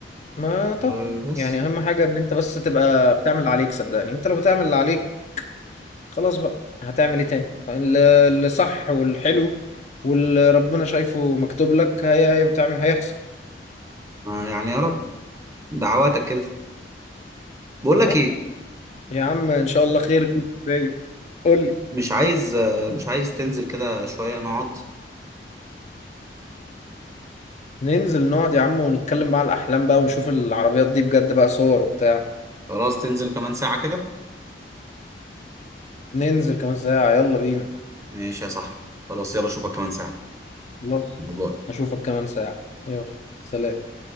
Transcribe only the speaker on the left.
ما طبعا
يعني اهم حاجة ان انت بس تبقى بتعمل اللي عليك صدقني انت لو بتعمل اللي عليك خلاص بقى هتعمل ايه تاني ال- اللي صح والحلو واللي ربنا شايفه مكتوب لك هي هي بتعمل هيحصل
آه.
يا عم ان شاء الله خير <laughs> قول لي
ننزل نقعد يا عم ونتكلم بقى على الأحلام بقى ونشوف العربيات دي بجد بقى صور وبتاع
ننزل كمان ساعة يلا بينا
خلاص
أشوفك كمان ساعة يلا سلام